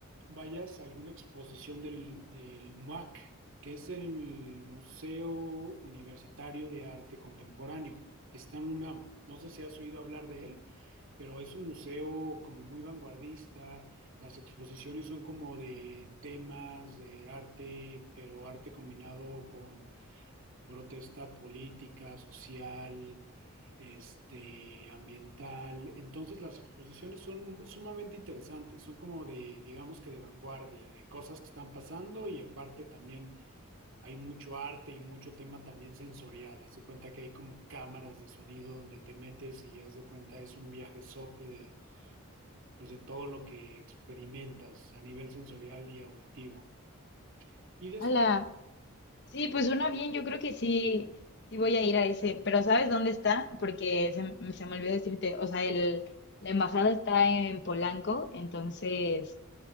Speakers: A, on the right; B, on the left.
A: vayas a alguna exposición del, del MUAC, que es el Museo Universitario de Arte Contemporáneo. Está en UNAM. No sé si has oído hablar de él, pero es un museo como muy vanguardista. Las exposiciones son como de temas de arte, pero arte combinado con protesta política, social este, ambiental. Entonces las exposiciones son un- sumamente interesantes, son como de, digamos que de vanguardia, de cosas que están pasando y aparte también hay mucho arte y mucho tema también sensorial. Haz de cuenta que hay como cámaras de sonido donde te metes y haz de cuenta es un viajezote de, pues de todo lo que experimentas a nivel sensorial y auditivo. Y después...
B: hola Sí, pues suena bien, yo creo que sí, sí voy a ir a ese, pero ¿sabes dónde está? Porque se, m- se me olvidó decirte, o sea, el, la embajada está en Polanco, entonces...